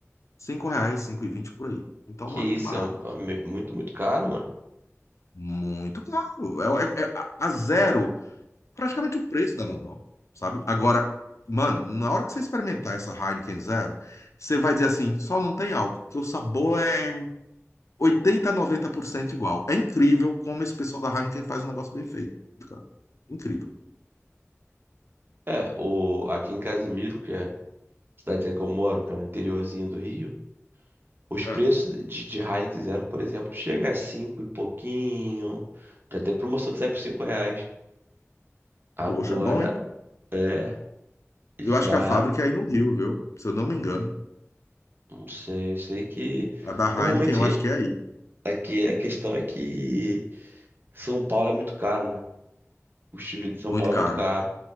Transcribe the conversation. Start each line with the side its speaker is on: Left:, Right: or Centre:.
Left: 5 reais, cinco e vinte por aí. Então
Right: Que
Left: não é
Right: isso,
Left: muito barato.
Right: é um, é muito, muito caro, mano.
Left: Muito caro. É, é- é a a zero, praticamente o preço da normal, sabe? Agora, mano, na hora que você experimentar essa Heineken Zero, você vai dizer assim, só não tem álcool, porque o sabor é 80 a 90% igual. É incrível como esse pessoal da Heineken faz um negócio bem feito, cara. Incrível.
Right: É, o, aqui em Casimiro, que é a cidadezinha que eu moro, que é no interiorzinho do Rio. Os
Left: É.
Right: preços de, de Heineken Zero, por exemplo, chega a 5 e pouquinho. Já teve promoção de sai por 5 reais. Agora
Left: Poxa, é bom, hein?
Right: é já.
Left: Eu acho que a fábrica é aí no Rio, viu? Se eu não me engano.
Right: Não sei, eu sei que.
Left: A da Heineken,
Right: Normalmente
Left: eu acho que é aí.
Right: aqui a questão é que São Paulo é muito caro, né? O custo de vida de São
Left: Muito
Right: Paulo é
Left: caro.
Right: muito caro.